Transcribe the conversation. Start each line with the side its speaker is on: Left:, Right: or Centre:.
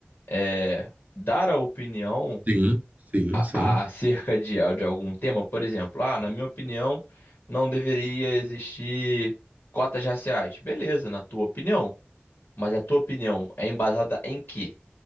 Left: É, dar a opinião
Right: Sim, sim,
Left: a-
Right: sim.
Left: acerca de, de algum tema, por exemplo, ah, na minha opinião, não deveria existir cotas raciais. Beleza, na tua opinião. Mas a tua opinião é embasada em quê?